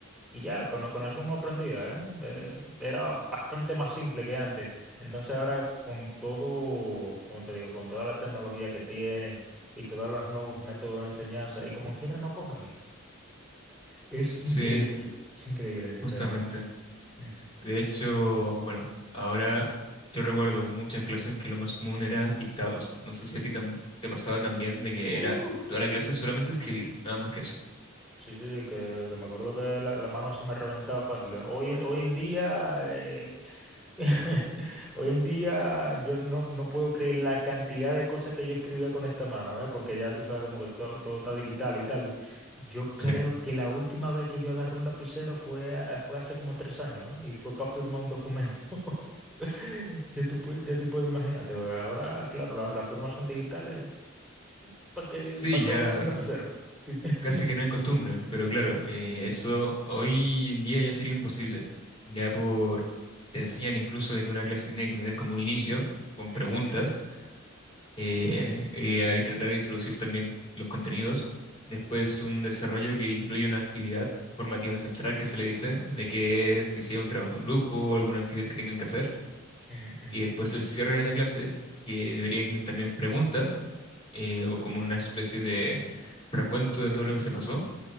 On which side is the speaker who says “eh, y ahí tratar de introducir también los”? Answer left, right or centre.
Left